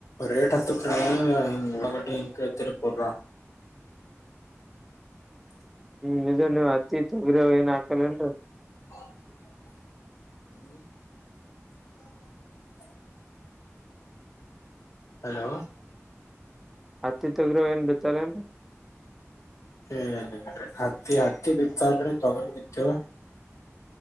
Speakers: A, on the left; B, in the centre.
A: ರೇಟ್ ಹತ್ತದೆ ಉಳಗಡ್ಡಿ ತಿರಪುರ
B: ಹ್ಮ್ ಇದು ನೀವ್ ಹತ್ತಿ ತೊಗಿರವ್ ಏನ್ ಹಾಕಲೇನ್ರಿ
A: ಹ್ಮ <unintelligible> ಹಲೋ
B: ಹತ್ತಿತ ಇರೋರು ಏನ್ ಬೆಳಿತಾರೆ
A: ಹ್ಮ್ ಹತ್ತಿ ಹತ್ತಿ ಬಿತ್ತಲ್ರಿ ತಗೊಂಡ ಬಿತ್ತವ